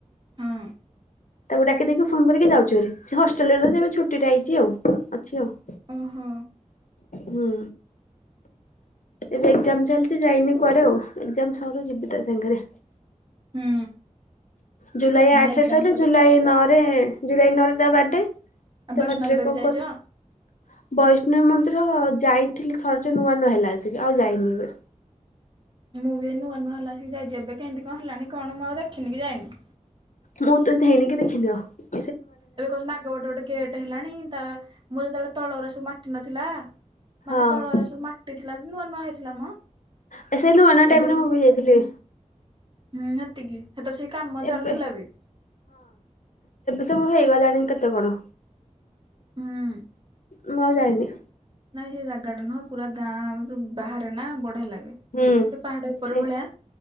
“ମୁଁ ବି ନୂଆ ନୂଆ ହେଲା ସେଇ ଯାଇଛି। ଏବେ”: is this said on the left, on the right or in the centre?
Right